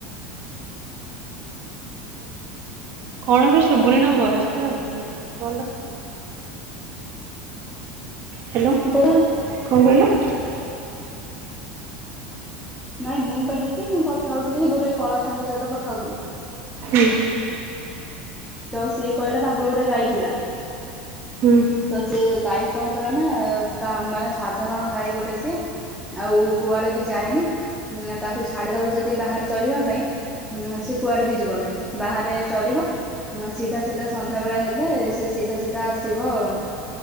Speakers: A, on the right; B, in the centre.
A: କଣ କି ଶୁଭୁନି ତମ ବୋଇସ କଣ ହ୍ୟାଲୋ
B: କହୁନୁ।
A: କଣ କହିଲ?
B: ନାଇଁ ମୁଁ କହିଲି କି ମୁଁ କଥା ହଉଥିଲି ଗୋଟେ କଳା ସାଙ୍ଗ ସହିତ କଥା ହଉଥିଲି।
A: ହୁଁ
B: ଜୋ ସଏେ କହିଲା ତାଙ୍କ କୋ କାଇକଥିଲା
A: ହୁଁ
B: ତ ସେ ଗାଈ କଣ କର ନା ମାନେ ସାଧାରଣ ଗାଈ ଗୋଟେ ସିଏ ଆଉ କୁଆଡେ ବି ଯାଏନି ତାକୁ ଛାଡିଦବ ଯଦି ବାହାରେ ଚଲିବା ପାଇଁ ହୁଁ ସେ କୁଆଡେ ବି ଯିବନି ବାହାରେ ଚରିବ ସିଧା ସିଧା ସନ୍ଧ୍ୟା ବେଳେ ହେଲେ ସେ ସିଧା ସିଧା ଆସିବ ଆ